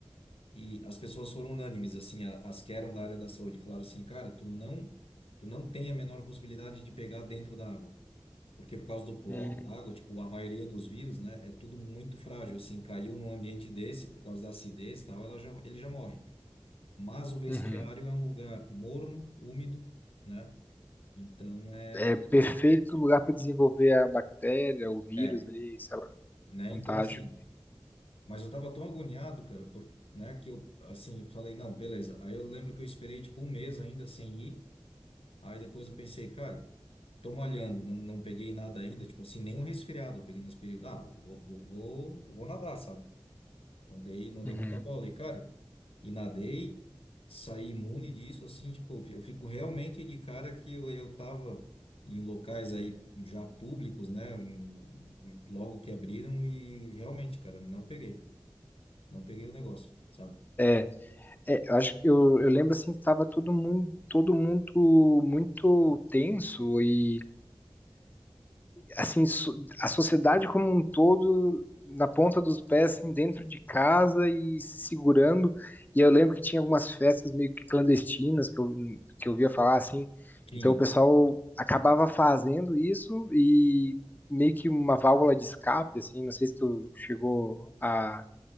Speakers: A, on the left (about 85°); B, on the left (about 20°).
A: e as pessoas foram unânimes, assim, a- as que eram da área da saúde, falaram assim, cara, tu não, tu não tem a menor possibilidade de pegar dentro da água. Porque por causa do cloro,
B: Hum,
A: da água, tipo, a maioria dos vírus, né, é tudo muito frágil. Assim, caiu num ambiente desse, por causa da acidez e tal, ela já, ele já morre. Mas o vestiário
B: uhum.
A: é um lugar morno, úmido, né? Então é,
B: É perfeito lugar para desenvolver a bactéria, o vírus
A: é,
B: ali, sei lá,
A: né?
B: contágio.
A: Então assim, mas eu tava tão agoniado, cara, por, né, que eu assim falei, não, beleza. Aí eu lembro que eu esperei tipo um mês ainda sem ir. Aí depois eu pensei, cara, tô malhando, não, não peguei nada ainda, tipo assim, nenhum resfriado eu peguei nesse período. Ah, vou, vou, vou, vou nadar, sabe? Não dei, não dei
B: Uhum.
A: muita bola. E, cara, e nadei, saí imune disso, assim, tipo, eu fico realmente de cara que eu, eu tava em locais aí já públicos, né? um- Logo que abriram e realmente, cara, não peguei. Não peguei o negócio, sabe?
B: É, é, eu acho que eu, eu lembro assim que tava todo mundo, todo mundo muito tenso e assim so- a sociedade como um todo na ponta dos pés, assim, dentro de casa e se segurando. E eu lembro que tinha algumas festas meio que clandestinas que eu, que eu via falar assim.
A: Tinha.
B: Então o pessoal acabava fazendo isso e meio que uma válvula de escape, assim. Não sei se tu chegou a